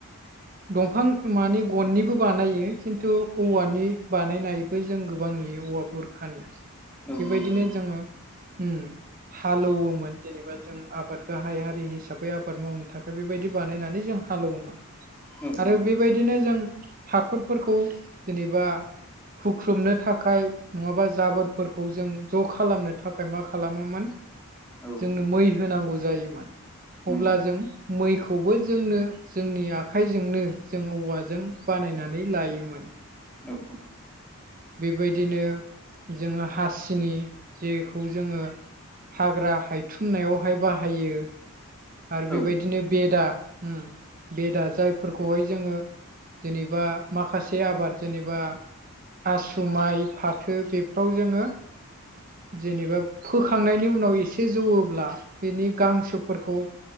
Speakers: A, on the right; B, in the centre.
A: दंफां माने गननिबो बानायो खिन्थु औवानि बानायनाय बेखौ जों गोबां नुयो औवा बुरखानि
B: नंगौ औ
A: बेबायदिनो
B: नंगौ
A: जोङो उम। हालौवोमोन जेनेबा जों आबाद गाहाय हारि हिसाबै आबाद मावनो थाखाय बेबाय- -दि बानायनानै जों हालौवोमोन
B: औ
A: आरो
B: नंगौ
A: बेबायदिनो जों हाथरफोरखौ जेनेबा हुख्रुबनो थाखाय नङाबा जाबोरफोरखौ जों ज' खालामनो थाखाय मा खालामोमोन
B: औ
A: जोंनो मै होनांगौ जायोमोन
B: नंगौ
A: अब्ला जों मैखौबो जोंनो जोंनि आखाइजोंनो जों औवाजों बानायनानै लायोमोन
B: औ औ
A: बेबायदिनो जोङो हासिनि जेखौ जोङो हाग्रा हायथुमनायावहाय बाहायो आरो बेबायदिनो
B: औ
A: बेदा उम बेदा जाय फोरखौहाय जोङो जेनेबा माखासे आबाद जेनेबा आसु माइ फाथो बे- -फ्राव जोङो जेनेबा फोखांनायनि उनाव एसे जौवोब्ला बिनि गांसोफोरखौ